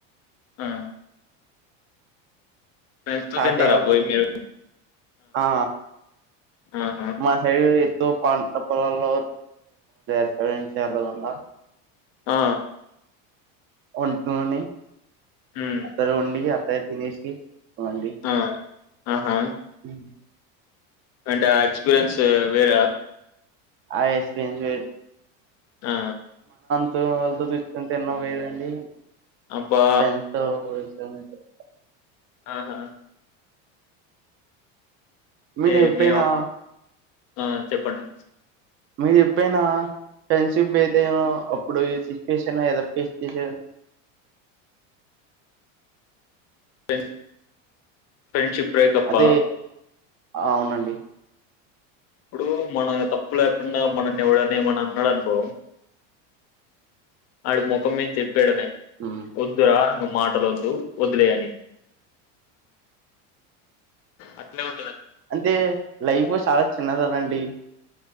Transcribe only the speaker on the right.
కాతే
కాల్తది
ఆ
మా సైడులేద్ పంట పొలాల్లో <unintelligible>
వొంటోని
అతర వోండి అత్తే తినేసి వండి
హ్మ్
ఆ ఎక్స్‌పీన్స్యూ వేరు
వాళ్ళతో తిట్లు తిన్నమెయండి.
ఫ్రెండ్స్ తో <unintelligible>
మీ నెప్పేనా
మీరు చెప్పయినా ఫ్రెండ్షిప్ డే అయితే అ అప్పుడు ఈ సిచ్యుయేషన్దో ఫేస్ చేస
అదే
అవునండి
ఉమ్.
అంటే లైఫ్ చాలా చిన్నది గాదండి.